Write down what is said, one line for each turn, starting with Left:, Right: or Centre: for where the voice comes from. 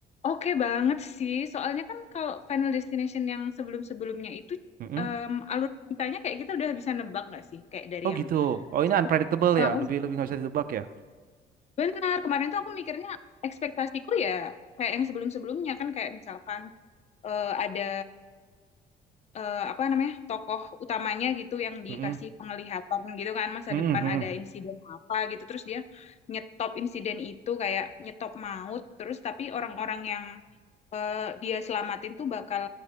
Left: oke banget sih. Soalnya kan kalau Final Destination yang sebelum-sebelumnya itu
Right: Mm-mm.
Left: em, alur ceritanya kayak kita udah bisa nebak nggak sih kayak dari
Right: Oh
Left: yang
Right: gitu. Oh ini
Left: satu
Right: unpredictable
Left: Wow.
Right: ya, lebih lebih nggak bisa ditebak ya.
Left: Benar, kemarin tuh aku mikirnya ekspektasiku ya kayak yang sebelum-sebelumnya kan kayak misalkan eh, ada eh, apa namanya tokoh utamanya gitu yang dikasih
Right: Mm-mm.
Left: penglihatan gitu kan masa
Right: Mm-mm,
Left: depan
Right: mm-mm.
Left: ada insiden apa gitu terus dia nyetop insiden itu kayak nyetop maut terus tapi orang-orang yang eh, dia selamatin tuh bakal